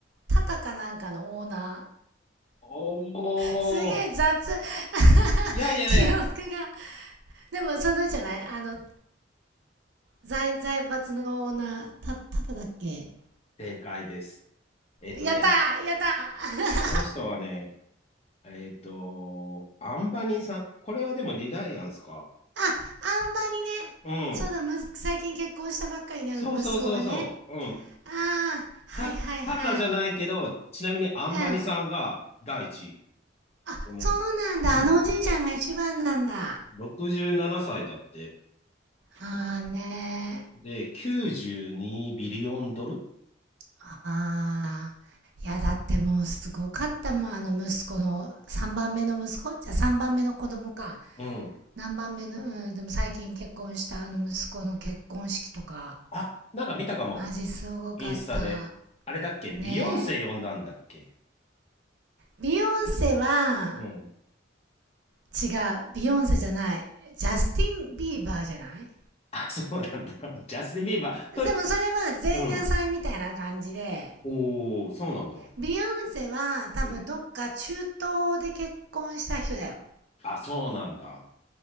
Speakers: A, on the right; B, on the left.
A: タタかなんかのオーナ
B: おお、
A: ーすげえ雑 <laughs>
B: いやいやいや、
A: 記憶がでもそのじゃないあの財財閥のオーナータタタだっけ
B: 正解です。えっとね、
A: やったーやったー
B: この人はね、
A: <laughs>
B: えっと、アンバニさん。これはでもリライアンスか。
A: ああんまりねそうだむ最近結婚したばっかりね息子がね
B: うん。そうそうそうそう。うん。
A: ああはいはいはい
B: た、タタじゃないけど、ちなみにアンバニさんが第一位。
A: うん、うん。
B: えっ
A: あ、
B: とね、
A: そうなんだ。
B: うん。
A: あのおじいちゃんが一番なんだ。
B: 67歳だって。
A: ああね
B: で、92ビリオンドル
A: ーああ。いや、だってもうすごかったもん。あの息子の、3番目の息子じゃあ3番目の子供か。
B: うん。
A: 何番目の、うん、でも最近結婚したあの息子の結婚式とか。
B: あ、なんか見たかも。
A: マジすごかった。
B: インスタで。あれだっけビヨンセ呼んだんだっけ
A: ねえ。ビヨンセは、
B: うん。
A: 違う。ビヨンセじゃない。ジャスティン・ビーバーじゃない
B: あ、<laughs> そうなんだ。<laughs> ジャスティン・ビーバーと、
A: でもそれは前夜祭みたいな感じで、
B: うん。おお、そうなんだ。
A: ビヨンセは多分どっか中東で結婚した人だよ。
B: うん。あ、そうなんだ。